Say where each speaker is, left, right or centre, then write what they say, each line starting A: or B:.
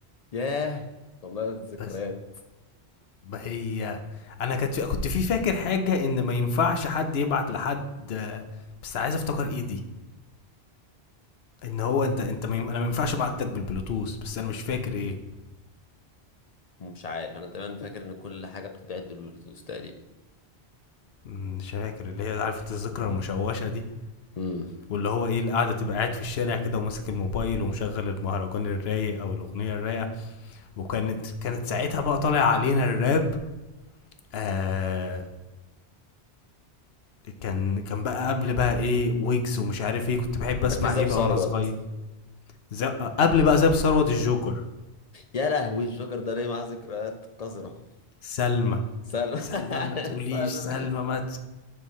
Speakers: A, on the left; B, on the left.
A: ياه والله ذكريات
B: بس ما هي انا كنت كنت في فاكر حاجه ان ما ينفعش حد يبعت لحد آه، بس عايز افتكر ايه دي ان هو انت انت ما يم... انا ما ينفعش ابعت لك بالبلوتوث بس انا مش فاكر ايه
A: مش عارف انا تمام فاكر ان كل حاجه بتتبعت بالبلوتوث تقريبا
B: مش فاكر اللي هي عارف انت الذكرى المشوشة دي
A: امم
B: واللي هو ايه القعدة تبقى قاعد في الشارع كده وماسك الموبايل ومشغل المهرجان الرايق او الاغنية الرايقة وكانت كانت ساعتها بقى طالع علينا الراب آه كان كان بقى قبل بقى ايه ويجز ومش عارف ايه كنت بحب اسمع
A: كان في زاب
B: ايه
A: ثروت
B: بقى وانا صغير زي قبل بقى زي ثروت الجوكر
A: يا لهوي الجوكر ده ليه معاه ذكريات قذره
B: سلمى
A: سالم <laughs>
B: سلمى ما تقوليش
A: سالم
B: سلمى ما ت...